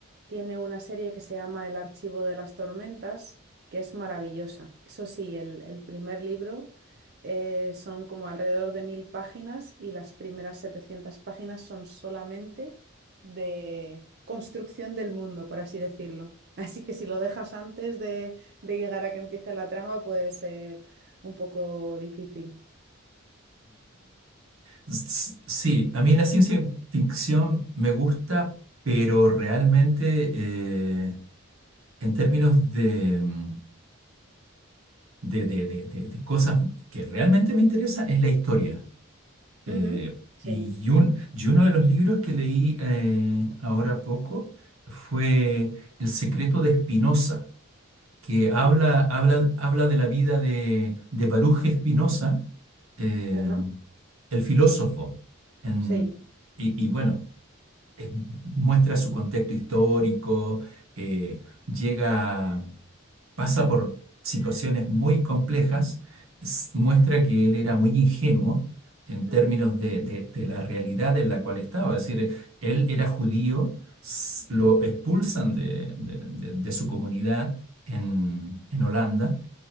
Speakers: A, on the right; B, on the right.
A: tiene una serie que se llama El Archivo de las Tormentas, que es maravillosa. Eso sí, el, el primer libro eh, son como alrededor de mil páginas y las primeras 700 páginas son solamente de construcción del mundo, por así decirlo. Así que si lo dejas antes de, de llegar a que empiece la trama puede ser un poco difícil.
B: S- Sí, a mí la ciencia ficción me gusta, pero realmente eh, en términos de, mm, de, de- de- de- de cosas que realmente me interesan es la historia. Eh,
A: Ujú, Sí.
B: y, un- y uno de los libros que leí eh, ahora poco fue El secreto de Spinoza, que habla,
A: Ah, s-
B: habla, habla de la vida de, de Baruch Spinoza, eh,
A: Ajá.
B: el filósofo. En,
A: Sí.
B: y y bueno. eh, muestra su contexto histórico, eh, llega, pasa por situaciones muy complejas, s- muestra que él era muy ingenuo en
A: ujú,
B: términos de, de- de la realidad en la cual estaba. Es decir, él era judío, s- lo expulsan de, de- de- de su comunidad en, en Holanda